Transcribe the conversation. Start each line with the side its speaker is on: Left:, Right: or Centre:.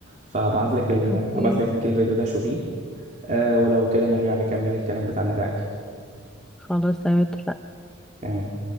Right: فهبعت لك ال...
Centre: اوكي
Right: هبعت لك لينك الفيديو ده شوفيه آه ولو كده نرجع نكمل الكلام بتاعنا ده عادي
Centre: خلاص تمام اتفقنا.
Right: تمام